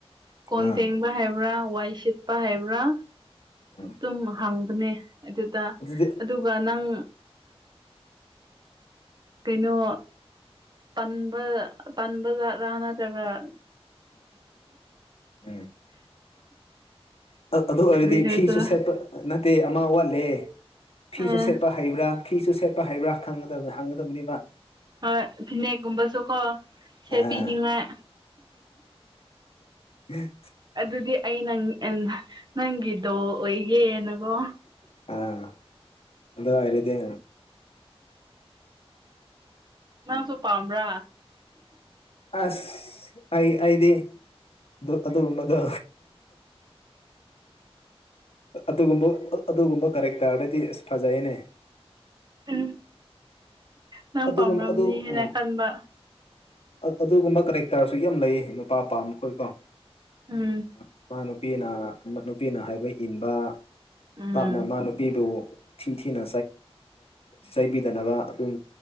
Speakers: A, on the right; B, on the left.
A: ꯀꯣꯟ
B: ꯑꯥ
A: ꯊꯦꯡꯕ ꯍꯥꯏꯕ꯭ꯔꯥ ꯋꯥꯏ ꯁꯤꯠꯄ ꯍꯥꯏꯕ꯭ꯔꯥ
B: ꯎꯝ
A: ꯑꯗꯨꯝ ꯍꯥꯡꯕꯅꯦ ꯑꯗꯨꯗ
B: ꯑꯗꯨꯗꯤ
A: ꯑꯗꯨꯒ ꯅꯪ ꯀꯩꯅꯣ ꯄꯟꯕ ꯄꯟꯕ ꯖꯥꯠ꯭ꯔꯥ ꯅꯠꯇ꯭ꯔꯒ
B: ꯎꯝ ꯑꯗꯨ ꯑꯣꯏꯔꯗꯤ
A: ꯀꯔꯤ ꯍꯥꯏꯁꯤꯔꯥ
B: ꯐꯤꯁꯨ ꯁꯦꯠꯄ ꯅꯠꯇꯦ ꯑꯃ ꯋꯥꯠꯂꯦ ꯐꯤꯁꯨ
A: ꯑ
B: ꯁꯦꯠꯄ ꯍꯩꯕ꯭ꯔꯥ ꯐꯤꯁꯨ ꯁꯦꯠꯄ ꯍꯩꯕ꯭ꯔꯥ ꯈꯪꯒꯗꯕ ꯍꯪꯒꯗꯕꯅꯤꯕ
A: ꯍꯣꯏ ꯐꯤꯅꯦꯛꯒꯨꯝꯕꯁꯨꯀꯣ ꯁꯦꯠꯄꯤꯅꯤꯡꯉꯥꯏ
B: ꯑꯥ ꯎꯝ
A: ꯑꯗꯨꯗꯤ ꯑꯩ ꯅꯪ ꯅꯪꯒꯤꯗꯣ ꯑꯣꯏꯒꯦꯅꯀꯣ
B: ꯑꯥ ꯑꯗ ꯍꯥꯏꯔꯗꯤ
A: ꯅꯪꯁꯨ ꯄꯥꯝꯕ꯭ꯔꯥ
B: ꯑꯁ ꯑꯩ ꯑꯩꯗꯤ ꯑꯗꯨ ꯑꯗꯨꯒꯨꯝꯕꯗꯣ ꯑꯗꯨꯒꯨꯝꯕ ꯑꯗꯨꯒꯨꯝꯕ ꯀꯔꯦꯛꯇꯔꯗꯗꯤ ꯑꯁ ꯐꯖꯩꯅꯦ
A: ꯎꯝ ꯅꯪ
B: ꯑꯗꯨꯒꯨꯝ
A: ꯄꯥꯝꯔꯝꯅꯤ
B: ꯑꯗꯨ
A: ꯍꯥꯏꯅ
B: ꯎꯝ
A: ꯈꯟꯕ
B: ꯑꯗꯨꯒꯨꯝꯕ ꯀꯔꯦꯛꯇꯔꯁꯨ ꯌꯥꯝ ꯂꯩꯌꯦ ꯅꯨꯄꯥꯄꯥꯝꯕ ꯃꯈꯣꯏ ꯀꯣ
A: ꯎꯝ
B: ꯅꯨꯄꯥ ꯅꯨꯄꯤꯅ ꯅꯨꯄꯤꯅ ꯍꯥꯏꯕ ꯏꯟꯕ
A: ꯎꯝ
B: ꯇꯞꯅ ꯃꯥ ꯅꯨꯄꯤꯗꯨ ꯊꯤ ꯊꯤꯅ ꯆꯩꯥꯏꯕꯤꯗꯅꯕ ꯑꯗꯨꯝ